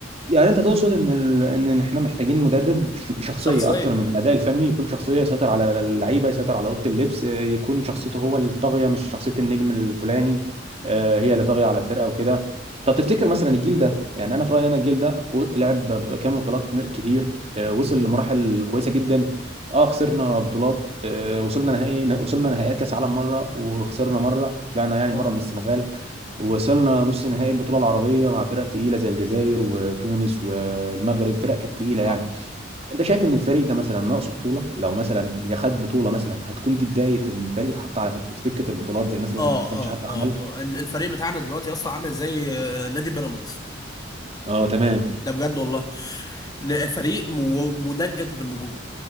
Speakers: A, on the right; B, on the left.
A: يعني انت تقصد ان ال... ان احنا محتاجين مدرب ش- شخصيه
B: شخصيا
A: اكتر من الاداء الفني يكون شخصيه يسيطر على اللعيبه يسيطر على اوضه اللبس يكون شخصيته هو الطاغيه مش شخصيه النجم الفلاني آه، هي اللي طاغيه على الفرقه وكده طب تفتكر مثلا الجيل ده يعني انا في رايي انا الجيل ده و- لعب بطل... كام بطولات م- كتير آه، وصل لمراحل كويسه جدا اه خسرنا بطولات آه، وصلنا نهائي وصلنا نهائيات كاس عالم مره وخسرنا مره طلعنا يعني
B: اه
A: مره من السنغال ووصلنا نص نهائي البطوله العربيه مع فرق تقيله زي الجزائر وتونس والمغرب فرق كانت تقيله
B: صح
A: يعني انت شايف ان الفريق ده مثلا ناقصه بطوله لو مثلا يا خد بطوله مثلا هتكون دي بدايه ان الفريق اتحط على سكه البطولات زي مثلا
B: اه
A: ما حسن
B: اه
A: شحاته
B: اه
A: عمل
B: آه. الفريق بتاعنا دلوقتي يا اسطى عامل زي آه، نادي بيراميدز
A: اه تمام
B: ده بجد والله ل- فريق مو- مدجج بالنجوم